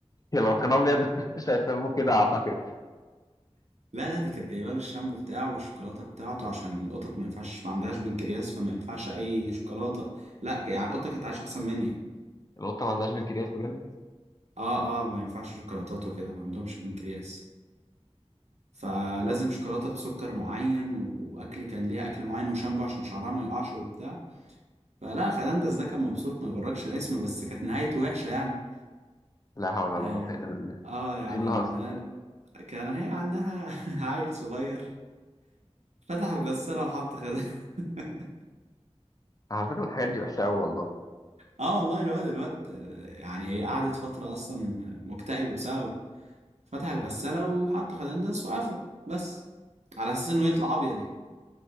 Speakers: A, on the left (about 35°); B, on the right (about 80°).
A: لو كان ابيض <laughs> مش هيسموه كده اعتقد
B: لا لا دي كانت جايبه له الشامبو بتاعه والشوكولاته بتاعته عشان القطط ما ينفعش ما عندهاش بنكرياس فما ينفعش اي شوكولاته لا يعني القطه كانت عايشه احسن مني يعني.
A: القطه ما عندهاش بنكرياس بجد
B: اه اه آه، ما ينفعش شوكولاتات وكده ما عندهمش بنكرياس فلازم
A: أيوة.
B: شوكولاته بسكر معين واكل كان ليها اكل معين وشامبو عشان شعرها ما يقعش وبتاع فلا خلاندس ده كان مبسوط ما يغركش الاسم بس كانت نهايته وحشه يعني
A: لا حول ولا
B: اه,
A: قوه الا بالله
B: آه يعني
A: ايه الهص
B: منال كان هي عندها <laughs> عيل صغير فتح الغساله وحط خدها <laughs>
A: على فكره الحاجات دي وحشه قوي والله
B: اه والله الواد الواد يعني هي قعدت فترة أصلا مكتئبة بسببه فتح الغسالة وحط خدندس وقفل بس على أساس إنه يطلع أبيض يعني